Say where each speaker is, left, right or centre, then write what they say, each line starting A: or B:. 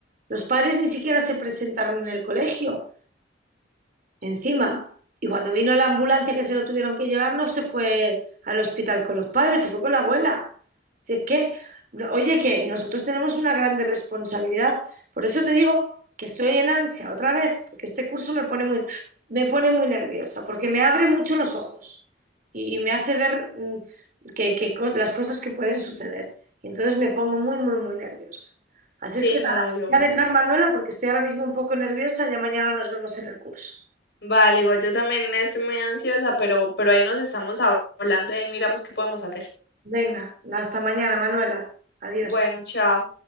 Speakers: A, on the right; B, on the left.
A: Los padres ni siquiera se presentaron en el colegio. encima. Y cuando vino la ambulancia que se lo tuvieron que llevar, no se fue al hospital con los padres, se fue con la abuela. Si es que, no- oye, que nosotros tenemos una grande responsabilidad. Por eso te digo que estoy en ansia otra vez, porque este curso me pone muy, me pone muy nerviosa, porque me abre mucho los ojos y, y me hace ver mm, que, que cos- las cosas que pueden suceder. Y entonces me pongo muy, muy, muy nerviosa. Así
B: Sí,
A: es que
B: no,
A: nada,
B: yo.
A: voy a dejar Manuela porque estoy ahora mismo un poco nerviosa, ya mañana nos vemos en el curso.
B: Vale, digo, yo también estoy muy ansiosa, pero, pero ahí nos estamos hab- hablando y ahí miramos qué podemos hacer.
A: Venga, hasta mañana, Manuela. Adiós.
B: Bueno, chao.